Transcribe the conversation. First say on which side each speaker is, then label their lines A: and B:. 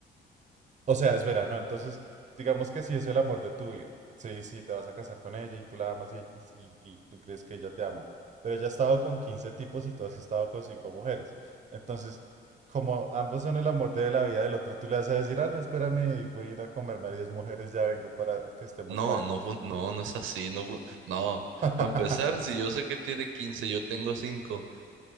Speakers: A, on the right; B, on the right.
A: O sea, espera, no, entonces, digamos que si es el amor de tu vida, sí, sí, te vas a casar con ella y tú la amas y, y- y- y tú crees que ella te ama, pero ella ha estado con 15 tipos y tú has estado con 5 mujeres. Entonces, como ambos son el amor de la vida del otro, tú le vas a decir, ah, no, espérame, voy a ir a comerme a 10 mujeres, ya vengo para que estemos
B: no,
A: parejos.
B: no, fu- no, no es así, no, fu- no.
A: <laughs>
B: Para empezar, si yo sé que tiene quince yo tengo cinco